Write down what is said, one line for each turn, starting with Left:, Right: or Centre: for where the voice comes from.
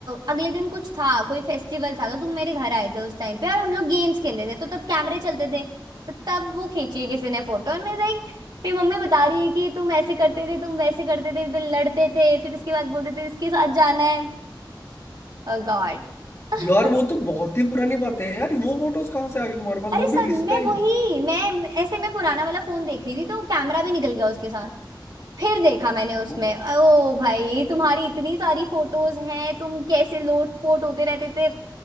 Right: अगले दिन कुछ था कोई फेस्टिवल था तो तुम मेरे घर आए थे उस टाइम पे और हम लोग गेम्स खेल रहे थे तो तब कैमरे चलते थे तो तब वो खींची है किसी ने फोटो और मैं लाइक मेरी मम्मी बता रही है कि तुम ऐसे करते थे तुम वैसे करते थे फिर लड़ते थे फिर उसके बाद बोलते थे इसके साथ जाना है Oh God
Left: यार वो
Right: <laughs>
Left: तो बहुत ही पुरानी बातें हैं यार वो फोटोज कहाँ से आ गई तुम्हारे पास
Right: अरे
Left: वो
Right: सर
Left: भी
Right: मैं
Left: इस टाइम
Right: वही मैं ऐसे मैं पुराना वाला फोन देख रही थी तो कैमरा भी निकल गया उसके साथ फिर देखा मैंने उसमें
Left: वो
Right: ओ भाई तुम्हारी इतनी सारी फोटोज हैं तुम कैसे लोट पोट होते रहते थे